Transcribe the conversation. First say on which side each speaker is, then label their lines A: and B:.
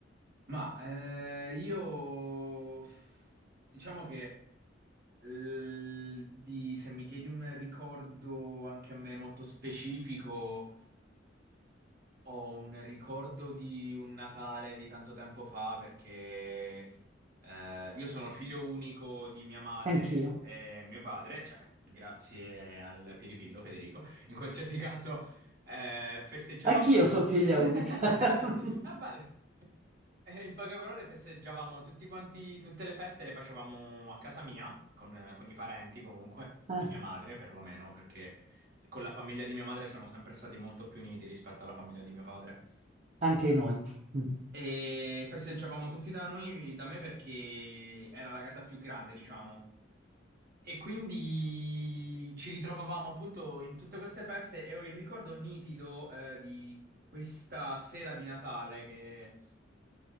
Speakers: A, on the right; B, on the right.
A: Ma eh, io diciamo che. Eh, di- se mi chiedi un ricordo anche a me molto specifico, ho un ricordo di un Natale di tanto tempo fa perché eh, io sono il figlio unico di mia madre
B: Anch'io.
A: e mio padre, cioè grazie al Piripillo Federico. In qualsiasi caso eh, festeggiavamo...
B: Anch'io sono figlia
A: <laughs>
B: unica. <laughs>
A: Ah, bello. Eh, In poche parole festeggiavamo tutti quanti, tutte le feste le facevamo a casa mia, con, con i parenti comunque,
B: Ah,
A: di mia madre perlomeno, perché con la famiglia di mia madre siamo sempre stati molto più uniti rispetto alla famiglia di mio padre.
B: anche noi. Mm,
A: E festeggiavamo tutti da noi, da me, perché era la casa più grande, diciamo. E quindi ci ritrovavamo appunto in tutte queste feste e ho il ricordo nitido, eh, di questa sera di Natale che